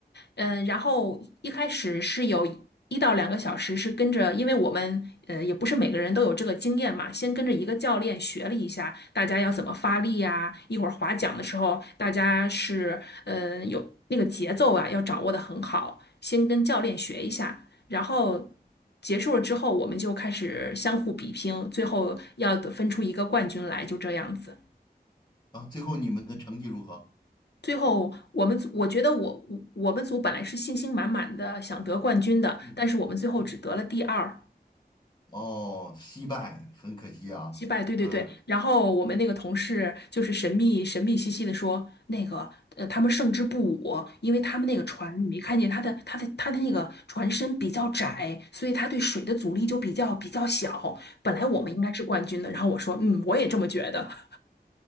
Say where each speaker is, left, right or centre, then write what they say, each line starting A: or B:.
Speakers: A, on the left (about 85°); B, on the left (about 25°).
A: 嗯，然后一开始是有一到两个小时是跟着，因为我们呃也不是每个人都有这个经验嘛，先跟着一个教练学了一下大家要怎么发力呀、一会儿划桨的时候大家是嗯、呃有那个节奏啊要掌握的很好，先跟教练学一下，然后结束了之后我们就开始相互比拼，最后要得分出一个冠军来，就这样子。
B: 啊，最后你们的成绩如何？
A: 最后，我们组我觉得我我我们组本来是信心满满的想得冠军的，
B: 嗯嗯，
A: 但是我们最后只得了第二，
B: 哦，惜败，很可惜啊。
A: 击败。对对对。
B: 嗯，
A: 然后我们那个同事就是神秘神秘兮兮的说，那个呃，他们胜之不武，因为他们那个船，你没看见他的他的他的那个船身比较窄，所以他对水的阻力就比较比较小。本来我们应该是冠军的。然后我说，嗯，我也这么觉得。<laughs>